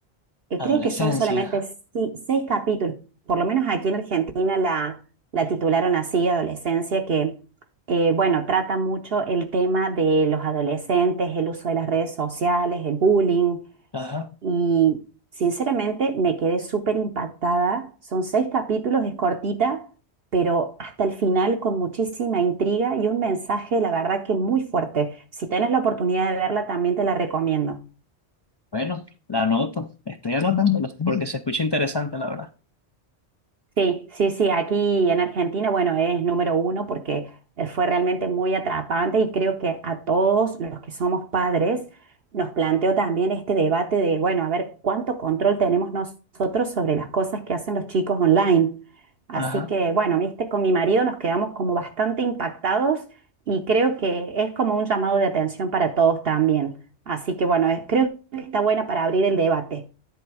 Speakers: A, on the right; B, on the left.
A: eh, creo
B: Adolescencia.
A: que son solamente si- seis capítulos, por lo menos aquí en Argentina la, la titularon así, Adolescencia, que eh, bueno, trata mucho el tema de los adolescentes, el uso de las redes sociales, el bullying,
B: Ajá.
A: y sinceramente me quedé súper impactada. Son seis capítulos, es cortita, pero hasta el final con muchísima intriga y un mensaje, la verdad que muy fuerte. Si tenés la oportunidad de verla, también te la recomiendo.
B: Bueno, la anoto. Estoy anotándola porque se escucha interesante, la verdad.
A: Sí, sí, sí, aquí en Argentina, bueno, es número uno porque eh, fue realmente muy atrapante y creo que a todos los que somos padres nos planteó también este debate de, bueno, a ver, ¿cuánto control tenemos nosotros sobre las cosas que hacen los chicos online? Así
B: Ajá.
A: que, bueno, viste, con mi marido nos quedamos como bastante impactados y creo que es como un llamado de atención para todos también. Así que, bueno, eh, creo que está buena para abrir el debate.